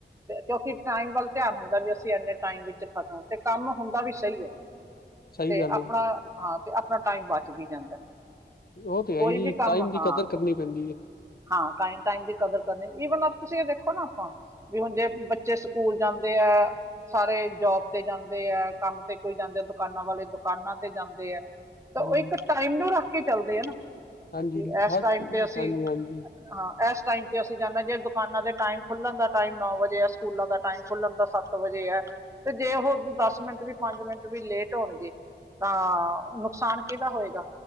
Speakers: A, on the right (about 15°); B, on the left (about 55°).
A: ਕਿਉਂਕਿ ਟਾਈਮ ਵੱਲ ਧਿਆਨ ਹੁੰਦਾ ਵੀ ਅਸੀਂ ਇਨੇ ਟਾਈਮ ਵਿੱਚ ਖਤਮ ਤੇ ਕੰਮ ਹੁੰਦਾ ਵੀ ਸਹੀ ਹੈ
B: ਸਹੀ
A: ਤੇ
B: ਗੱਲ
A: ਆਪਣਾ
B: ਹੈ ਜੀ
A: ਹਾਂ ਤੇ ਆਪਣਾ ਟਾਈਮ ਬਚ ਵੀ ਜਾਂਦਾ
B: ਉਹ ਤੇ ਹੈਈ
A: ਕੋਈ ਵੀ
B: ਏ
A: ਕੰਮ
B: ਟਾਈਮ ਦੀ
A: ਹਾਂ
B: ਕਦਰ ਕਰਨੀ ਪੈਂਦੀ ਏ।
A: ਹਾਂ ਟਾਈਮ ਟਾਈਮ ਦੀ ਕਦਰ ਕਰਨੀ ਈਵਨ ਤੁਸੀਂ ਇਹ ਦੇਖੋ ਨਾ ਆਪਾਂ ਵੀ ਹੁਣ ਜੇ ਬੱਚੇ ਸਕੂਲ ਜਾਂਦੇ ਐ ਸਾਰੇ ਜੋਬ ਤੇ ਜਾਂਦੇ ਐ ਕੰਮ ਤੇ ਕੋਈ ਜਾਂਦੇ ਦੁਕਾਨਾਂ ਵਾਲੇ ਦੁਕਾਨਾਂ ਤੇ ਜਾਂਦੇ ਐ ਤਾਂ
B: ਹਾਂਜੀ
A: ਉਹ ਇੱਕ ਟਾਈਮ ਨੂੰ ਰੱਖ ਕੇ ਚੱਲਦੇ ਆ ਨਾ
B: ਹਾਂਜੀ
A: ਕਿ ਇਸ
B: ਹ
A: ਟਾਈਮ ਤੇ ਅਸੀਂ
B: ਹਾਂਜੀ ਹਾਂਜੀ
A: ਹਾਂ ਇਸ ਟਾਈਮ ਤੇ ਅਸੀਂ ਜਾਂਦੇ ਜੇ ਦੁਕਾਨਾਂ ਦੇ ਟਾਈਮ ਖੁੱਲਣ ਦਾ ਟਾਈਮ ਨੌ ਵਜੇ ਹੈ ਸਕੂਲਾਂ ਦਾ ਟਾਈਮ ਖੁੱਲਣ ਦਾ ਸੱਤ ਵਜੇ ਹੈ ਤੇ ਜੇ ਉਹ ਦਸ ਮਿੰਟ ਵੀ ਪੰਜ ਮਿੰਟ ਵੀ ਲੇਟ ਹੋਣਗੇ ਤਾਂ ਨੁਕਸਾਨ ਕਿਹਦਾ ਹੋਏਗਾ